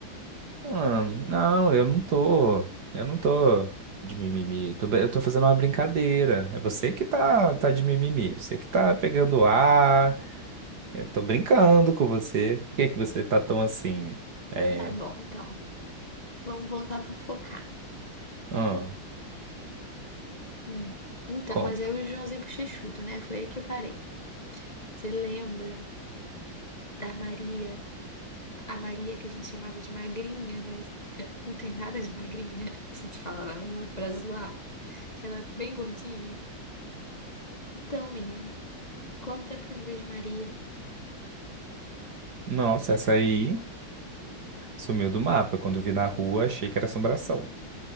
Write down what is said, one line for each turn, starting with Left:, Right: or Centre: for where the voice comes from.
Right: Ah, não, eu não tô. Eu não tô de mimimi. Tô be- eu tô fazendo uma brincadeira. É você que tá, tá de mimimi. Você que tá pegando ar. Eu tô brincando com você. Por que que você tá tão assim? É.
Left: Tá bom, então. Vamos voltar a fofocar.
Right: Ah,
Left: Hum. Então,
Right: conta.
Left: mas aí o Joãozinho Bochechudo, né? Foi aí que eu parei. Você lembra da Maria? A Maria que a gente chamava de magrinha, mas <laughs> não tem nada de magrinha. A gente falava mesmo pra zoar, que ela é bem gordinha. Então, menino, quanto tempo que eu não vejo Maria?
Right: Nossa, essa aí sumiu do mapa. Quando vi na rua, achei que era assombração.